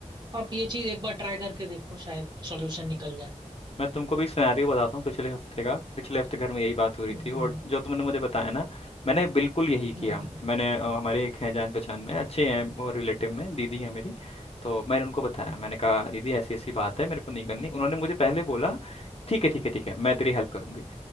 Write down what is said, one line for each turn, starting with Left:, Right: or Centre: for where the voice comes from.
Right: आप ये चीज एक बार ट्राई करके देखो शायद सॉल्यूशन निकल जाए
Left: मैं तुमको भी सिनेरियो बताता हूँ पिछले हफ्ते का पिछले हफ्ते घर में यही बात हो रही
Right: हम्म
Left: थी और
Right: हम्म
Left: जो तुमने मुझे बताया ना मैंने बिल्कुल यही
Right: हम्म
Left: किया
Right: हम्म,
Left: मैंने अ, हमारे एक हैं जान पहचान में अच्छे हैं और रिलेटिव में दीदी है मेरी तो मैंने उनको बताया
Right: हम्म,
Left: मैंने
Right: हम्म।
Left: कहा दीदी ऐसी ऐसी बात है मेरे को नहीं करनी उन्होंने मुझे पहले बोला ठीक है ठीक है ठीक है मैं तेरी हेल्प करूंगी